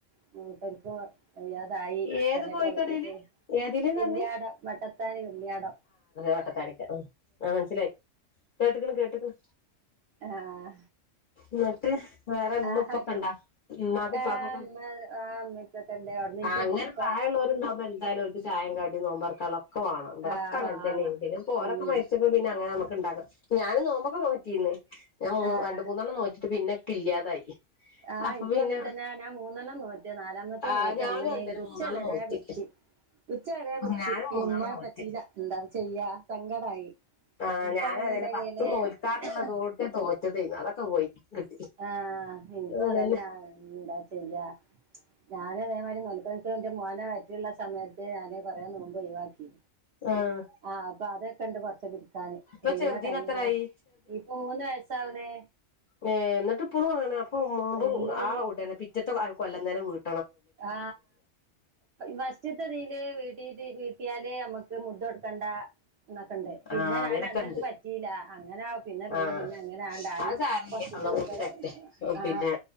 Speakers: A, on the right; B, on the left.
A: <unintelligible> അയ്യാതായി
B: ഏത്
A: കൊറെയൊക്കെ
B: കോഴിക്കടയില്
A: ഹോസ്പിറ്റല്
B: ഏതില്ന്ന്
A: വെല്യാടം
B: പറഞ്ഞ്
A: വട്ടത്താന് വെല്യാടം
B: വട്ടത്താണിക്കൻ മനസ്സിലായി കേട്ടക്ക് ന് കേട്ടക്കന്
A: ആഹ്
B: ന്നട്ട് വേറെ ഇമ്മ
A: ആഹ്
B: ഇപ്പൊക്കെ ഉണ്ടാ ഉമ്മാക്ക ഉപ്പക്കൊക്കെ
A: ആഹ് ഇമ്മ ആഹ് ഇമ്മക്കൊക്കെ ഇണ്ട് അവ്ട്ന്ന് ഇന്റെപ്പ
B: ആഅങ്ങനെ പ്രായമുള്ളവരുണ്ടാവുമ്പോ എന്തായാലും ഒരു ചായം കാടി നോമ്പാർക്ക ഒക്കവാണം ഇവിടൊക്കെങ്ങനെ
A: ആഹ്
B: തന്നെയ
A: ആണ്
B: പിന്നെ ഓലൊക്കെ
A: ഉം
B: മരിച്ചപ്പോ പിന്നെ അങ്ങനെമു ണ്ടാക്കും ഞാനും നോമ്പൊക്കെ നോറ്റിന്നേ ഞാൻ
A: ആഹ്
B: രണ്ടു മൂന്നെണ്ണം നോറ്റിട്ട് പിന്നെ ഒക്കെ ഇല്ലാതായി
A: ആഇപ്പൊ
B: അപ്പൊ പിന്നെ
A: അങ്ങനെ തന്നെയ ഞാൻ മൂന്നെണ്ണം നോറ്റ നാലാമത്തെ
B: ആഹ്
A: നോറ്റ
B: ഞാനും
A: അന്ന്
B: അങ്ങൻതന്നെ
A: കുച്ച
B: മൂന്നെണ്ണം
A: വര
B: നോറ്റ്
A: പിടിച്ചു ഉച്ച വര പിടിച്ചു
B: ഞാനും
A: പിന്നെ
B: മൂന്നെണ്ണം നോറ്റ്
A: പറ്റീല എന്താ ചെയ്യാ സങ്കടായി
B: ആ
A: ഇൻക്കാണെന്നുണ്ടെങ്കില്
B: ഞാന അതെന്നെ പത്ത് തോൽക്കാന്നുള്ളത നോറ്റത അതൊക്കെ പോയി കിട്ടി
A: ആ എനിക്കും
B: അതന്നെ
A: അതന്നാ എന്താ ചെയ്യാ ഞാന അതേ ക്ക് എന്റെ മോനെ വറ്റിയുള്ള സമയത്ത് ഞാനാന് കൊറെേ നോമ്പ് ഒഴവാക്കി
B: ആഹ്
A: ആഅപ്പൊ അതൊക്കെണ്ട് ച്ച പിടക്കെ
B: ഇപ്പൊ
A: പിന്നെ
B: ചെറുതിന്
A: കഴിഞ്ഞ
B: എത്രായി
A: ഇപ്പൊ മൂന്ന് വയസാവണേ
B: ഏ എന്നിട്ട് ഇപ്പഴും അന അപ്പൊ നോമ്പ്
A: ഏയ്
B: ആ ഉടനെ പിറ്റത്തെ കൊല്ലം തന്നെ വീട്
A: ആ ഫാസ്റ്റിത്തെ ഇതിൽ വീട്ടിയാലേ നമ്മുക്ക് മുദ കൊടുക്കേണ്ട എന്നൊക്കെണ്ട് പിന്നെ
B: ആഹ്
A: ഞാൻ
B: അങ്ങനൊക്കെ
A: അന്നൊക്കെ
B: ഉണ്ട്
A: പറ്റിയില്ല അങ്ങനെ പിന്നെ പിന്നെ
B: ആഹ്
A: പിന്നെ അങ്ങനെണ്ടായി
B: അത് സാരല്ല
A: ക്ക
B: അള്ളാഹ് കൊടുത്തരട്ടെ
A: ആ
B: പിന്നെ